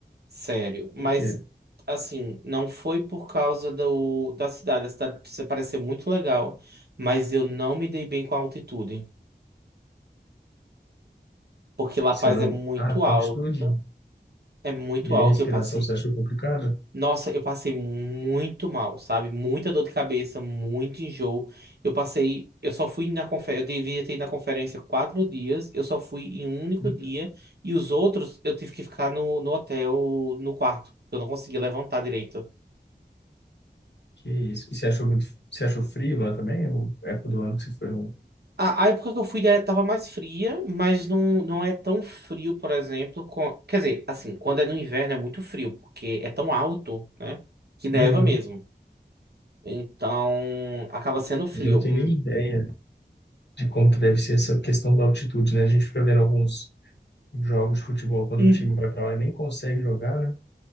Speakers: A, on the right; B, on the left.
A: Sério,
B: Por
A: mas
B: quê?
A: assim, não foi por causa do, da cidade. A cidade precisa parecer muito legal, mas eu não me dei bem com a altitude, porque La
B: Você
A: Paz
B: não.
A: é muito
B: Ah,
A: alta,
B: altitude?
A: é muito
B: E aí,
A: alta.
B: respiração,
A: Eu passei,
B: você achou complicado?
A: nossa, eu passei muito mal, sabe? Muita dor de cabeça, muito enjoo. Eu passei, eu só fui na conferência, eu devia ter ido na conferência quatro dias, eu só fui em um único
B: Uhum.
A: dia, e os outros eu tive que ficar no, no hotel, no quarto, porque eu não conseguia levantar direito.
B: Que isso? E você achou muito. Você achou frio lá também? Ou é época do ano que você foi no.
A: A, a época que eu fui é, tava mais fria, mas não, não é tão frio, por exemplo. com- Quer dizer, assim, quando é no inverno é muito frio, porque é tão alto, né? Que neva
B: Uhum.
A: mesmo. Então, acaba sendo frio.
B: Mas eu não tenho
A: Hum,
B: nem ideia de como que deve ser essa questão da altitude, né? A gente fica vendo alguns jogos de futebol quando
A: hum,
B: o time vai pra lá e nem consegue jogar, né?